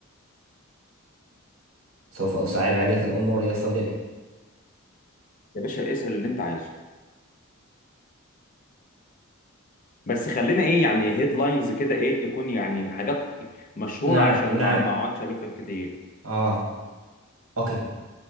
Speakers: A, on the right; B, on the left.
A: سوف أصعب عليك الأمور يا صديقي
B: يا باشا اسأل اللي انت عايزه بس خلينا ايه يعني هيدلاينز كده ايه تكون يعني حاجات مشهورة
A: نعم
B: عشان
A: نعم
B: ما ما اقعدش الف كتير
A: آه أوكي